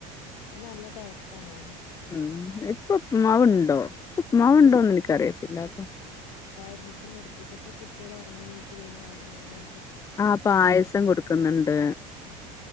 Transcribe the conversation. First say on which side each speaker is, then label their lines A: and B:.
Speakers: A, on the left; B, on the left.
A: അത് നല്ല ടേസ്റ്റ് ആണേ
B: ഉം ഇപ്പൊ ഉപ്പ് മാവുണ്ടോ ഉപ്പ് മാവണ്ടോന്ന് എനക്കറിയത്തില്ലട്ടോ
A: ഇന്ന് ഇപ്പ നിർത്തിച്ചപ്പോ കുട്ടികൾ ഒറങ്ങി നീച്ച് കഴിഞ്ഞാ അവിടന്നന്നെ
B: ആ പായസം കൊടുക്കുന്നണ്ട്
A: ആ